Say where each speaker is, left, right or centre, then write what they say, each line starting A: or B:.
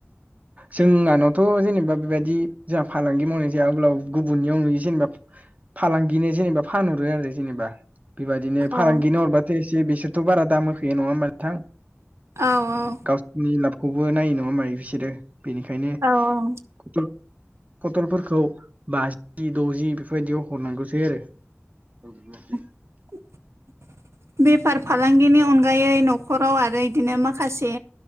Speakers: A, on the right; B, on the right.
A: जोंहानावथ जेनेबा बेबायदि जोंहा फालांगि मावनाय जाया अब्लाबो गुबुननियाव नुयो जेनेबा फालांगिनो जेनेबा फानहरो आरो जेनेबा बेबायदिनो फालांगिनो
B: औ
A: हरबाथ एसे बिसोरथ बारा दाम होफैयो नङा होनोमबा नोंथां
B: औ औ
A: नि लाबखौबो नायो नङा होमबा बिसोरो बेनिखायनोथ
B: औ
A: फटलफोरखौ बाजि द'जि बेफोरबायदियाव हरनांगौ जायो आरो
B: <inaudible> बेफार फालांगिनि अनगायै न'खराव आरो इदिनो माखासे